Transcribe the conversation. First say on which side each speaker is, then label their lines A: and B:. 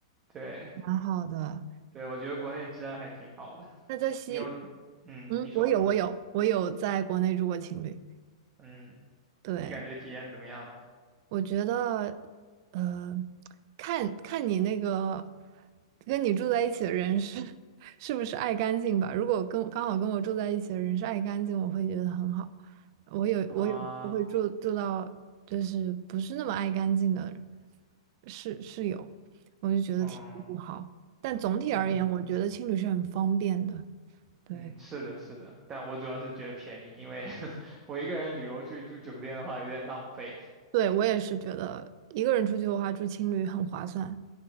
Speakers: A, on the right; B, on the right.
A: 对
B: 蛮好的。
A: 对，我觉得国内治安还挺好的。
B: 那在西，
A: 你有，嗯，
B: 嗯，
A: 你说，
B: 我有，我有，我有在国内住过情侣，
A: 嗯。
B: 对。
A: 你感觉体验怎么样呢？
B: 我觉得，呃，看看你那个跟你住在一起的人是 <laughs> 是不是爱干净吧。如果跟刚好跟我住在一起的人是爱干净，我会觉得很好。我有我有我会住住到就是不是那么爱干净的
A: 啊，
B: 室室友，我就觉得挺不好。
A: 嗯
B: 但总体而言，
A: 嗯
B: 我觉得青旅是很方便的。对，
A: 嗯，是的，是的，但我主要是觉得便宜，因为 <laughs> 我一个人旅游去住酒店的话有点浪费。
B: 对我也是觉得一个人出去的话，住青旅很划算。